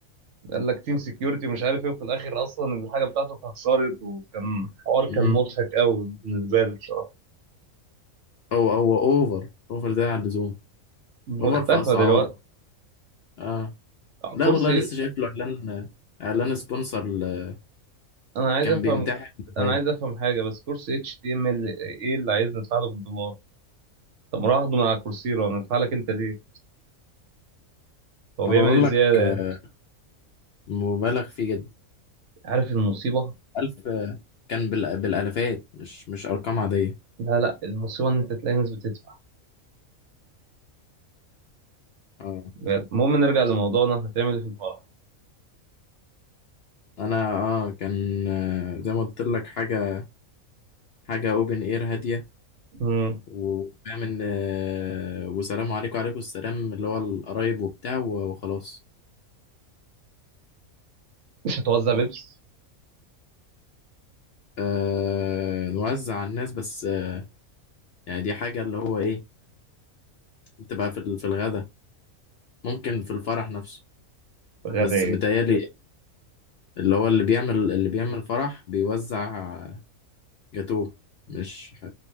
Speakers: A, on the right; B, on the left.
A: قال لك تيم سكيورتي ومش عارف ايه وفي الاخر اصلا الحاجه بتاعته اتهكرت وكان حوار
B: مم.
A: كان مضحك قوي بالنسبه لي بصراحه
B: هو هو اوفر اوفر ده عن اللزوم
A: مختفى
B: اوفر في اسعاره
A: دلوقتي
B: اه لا
A: كرسي
B: والله لسه شايف له اعلان اعلان سبونسر ل-
A: انا عايز
B: كان
A: افهم
B: بيمتحن
A: انا
B: مواد
A: عايز افهم حاجه بس كرسي اتش تي ام ال ايه اللي عايز ندفع له بالدولار طب ما اروح اخده من على كورسيرا وندفع لك انت ليه هو
B: ما
A: بيعمل
B: بقول
A: ايه زياده
B: لك آه،
A: يعني؟
B: مبالغ فيه جدا
A: عارف المصيبة
B: الف آه، كان بال- بالالافات مش مش ارقام عاديه
A: لا لا المصيبة ان انت تلاقي ناس بتدفع
B: اه
A: بجد. المهم نرجع لموضوعنا هتعمل ايه في الفرح
B: انا اه كان آه، زي ما قلت لك حاجه حاجه اوبن اير هاديه
A: مم.
B: وفاهم ان آه، وسلام عليكم وعليكم السلام اللي هو القرايب وبتاع و- وخلاص
A: مش هتوزع بيبس
B: آه نوزع على الناس بس آه، يعني دي حاجه اللي هو ايه بتبقى في ال- في الغدا ممكن في الفرح نفسه
A: غبية
B: بس متهيألي اللي هو اللي بيعمل اللي بيعمل فرح بيوزع جاتوه مش ح-